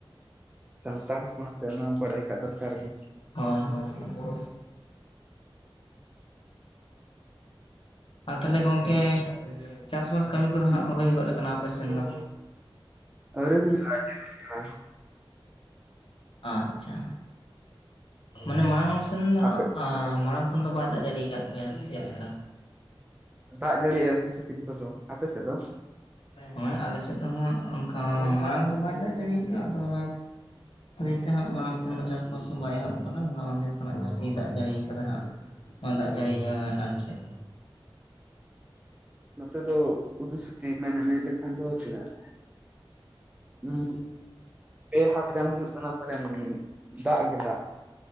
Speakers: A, on the right; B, on the left.
A: ᱥᱟᱱᱛᱟᱲ ᱦᱚᱯᱚᱱᱟᱜ ᱛᱮ ᱚᱱᱟ ᱵᱟᱲᱟᱭ ᱠᱟᱜ ᱫᱚᱨᱠᱟᱨ ᱜᱤ᱾
B: ᱦᱳᱭ, ᱦᱳᱭ, ᱦᱳᱭ᱾ ᱟ ᱛᱷᱟᱞᱮ ᱜᱚᱝᱠᱮ, ᱪᱟᱥ-ᱵᱟᱥ ᱠᱟᱹᱢᱤ ᱠᱚᱫᱚ
A: ᱦᱩᱸ
B: ᱦᱟᱸᱜ ᱦᱩᱭ ᱜᱚᱫ ᱠᱟᱱᱟ, ᱟᱯᱮ ᱥᱮᱱ ᱫᱚ?
A: ᱟᱣᱨᱤ ᱦᱩᱭᱩᱜᱼᱟ, ᱟᱣᱨᱤ ᱦᱩᱭᱩᱜᱼᱟ᱾
B: ᱟᱪᱪᱷᱟ ᱢᱟᱱᱮ ᱢᱟᱲᱟᱝ ᱥᱮᱱ ᱫᱚ ᱦᱟᱸᱜ,
A: ᱟᱯᱮ
B: ᱟᱸ ᱢᱟᱲᱟᱝ ᱠᱷᱚᱱ ᱫᱚ ᱵᱟᱭ ᱫᱟᱜ ᱡᱟᱹᱲᱤᱭ ᱠᱟᱫ ᱯᱮᱭᱟ ᱥᱮ ᱪᱮᱫ ᱞᱮᱠᱟ?
A: ᱫᱟᱜ ᱡᱟᱹᱲᱤᱭᱮ ᱤᱛᱤᱥᱤᱛᱤᱞ ᱫᱚ-ᱫᱚ, ᱟᱯᱮ ᱥᱮᱫ ᱫᱚ?
B: ᱦᱚᱸᱭ ᱟᱞᱮ ᱥᱮᱫ ᱫᱚ ᱦᱚᱸᱜ ᱚᱱᱠᱟᱶᱚ ᱢᱟᱲᱟᱝ ᱫᱚ ᱵᱟᱭ ᱫᱟᱜ ᱡᱟᱹᱲᱤᱭ ᱠᱟᱜᱼᱟ ᱟᱫᱚ ᱚᱱᱟᱠ ᱛᱷᱟᱫᱮ ᱛᱮ ᱟᱸᱜ ᱢᱟᱲᱟᱝ ᱠᱷᱚᱱ ᱪᱟᱥ-ᱯᱟᱥ ᱦᱚᱸ ᱵᱟᱭ ᱮᱦᱚᱵ ᱟᱠᱟᱫᱟ᱾ ᱦᱚᱞᱟ ᱢᱟᱫᱮᱨ ᱠᱷᱚᱱᱟᱜ ᱡᱟᱹᱥᱛᱤᱭ ᱫᱟᱜ ᱡᱟᱹᱲᱤᱭ ᱠᱟᱫᱟ ᱦᱟᱸᱜ᱾ ᱢᱟ ᱫᱟᱜ ᱡᱟᱹᱲᱤᱭᱧᱟ ᱟᱨ ᱪᱮᱫ?
A: ᱱᱚᱛᱮ ᱫᱚ ᱩᱫᱤ-ᱥᱩᱛᱤ ᱢᱮᱱᱟ ᱢᱮᱱ ᱞᱮᱠᱷᱟᱱ ᱫᱚ ᱛᱤᱱᱟᱹᱜ? ᱩᱸ ᱯᱮ ᱦᱟᱴ ᱜᱟᱱ ᱦᱩᱭᱩᱜ ᱠᱟᱱᱟ ᱯᱟᱞᱮᱹᱱ ᱫᱟᱜ ᱜᱮ ᱫᱟᱜ᱾